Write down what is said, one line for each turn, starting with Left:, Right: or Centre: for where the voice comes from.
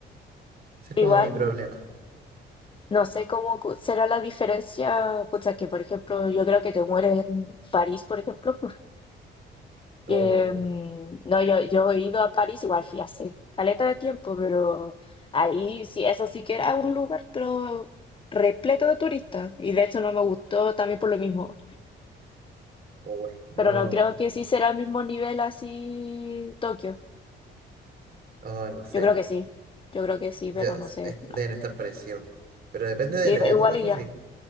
Right: Ese es
Left: igual.
Right: como mi problema.
Left: No sé cómo cu- será la diferencia, pucha, que por ejemplo, yo creo que te mueres en París, por ejemplo. <laughs>
Right: Oh,
Left: Que, mm, no, yo, yo he ido a París, igual fui hace caleta de tiempo, pero ahí sí, eso sí que era un lugar, pero repleto de turistas. Y de hecho no me gustó también por lo mismo.
Right: oh, no,
Left: Pero no creo que sí será el mismo nivel así Tokio.
Right: oh, no sé.
Left: Yo creo que sí, yo creo que sí,
Right: Ya,
Left: pero
Right: es-
Left: no sé.
Right: es- deben
Left: no.
Right: estar parecidos. Pero depende
Left: Sí,
Right: de la
Left: pero
Right: época,
Left: igual
Right: eso
Left: iría.
Right: sí.